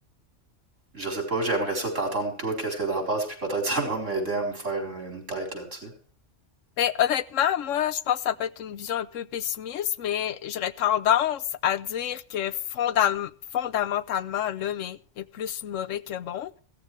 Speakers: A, on the right; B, on the left.
A: je sais pas, j'aimerais ça t'entendre toi, qu'est-ce que t'en penses, puis peut-être ça va m'aider à me faire une tête là-dessus.
B: Ben, honnêtement, moi, je pense que ça peut être une vision un peu pessimiste, mais j'aurais tendance à dire que fondam- fondamentalement, l'homme est, est plus mauvais que bon.